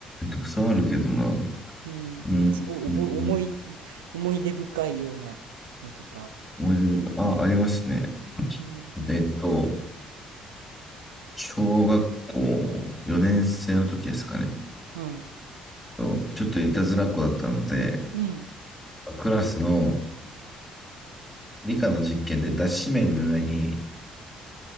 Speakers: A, on the left (about 15°); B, on the right (about 75°).
A: たくさんあるけどな。
B: うん、
A: うん。
B: なんかすごいおぼ、
A: うん。うん
B: 思い、思い出深いようなのとか。
A: 思い出深いあ、ありますね。
B: うん、
A: えっと、小学校4年生の時ですかね。
B: はい。
A: とちょっといたずらっ子だったので、
B: うん。
A: クラスの理科の実験で脱脂綿の上に